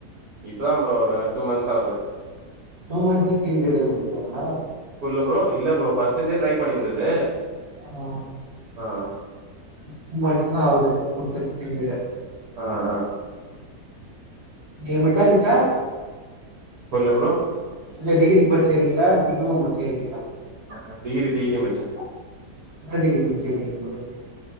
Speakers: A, on the right (about 65°); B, on the right (about 45°).
A: இப்பதாம் ப்ரோ ஒரு டூ மந்த்ஸ் ஆவுது
B: டூ மனிஸ்ல டீம்லிடர் குடுத்துட்டாங்ளா
A: புரில ஃப்ரோ இல்ல ஃப்ரோ ஃபர்ஸ்ட் இதுந்தே ட்ரை பண்ணியிருந்துது
B: ம்
A: ஆ
B: டூ மன்ஸுதா ஆவுது குடுத்துட் டீம் லீடர்
A: ஆ ஆ
B: நீங்க மெக்கானிக்கா
A: புரில ஃப்ரோ
B: இல்ல டிகிரி படிச்சிருக்கீங்ளா டிப்ளோமோ படிச்சிருக்கீங்ளா
A: ஆ டிகிரி டிகிரி பச்சே
B: என்ன டிகிரி முடிச்சுகிறீங்க ப்ரோ நீங்க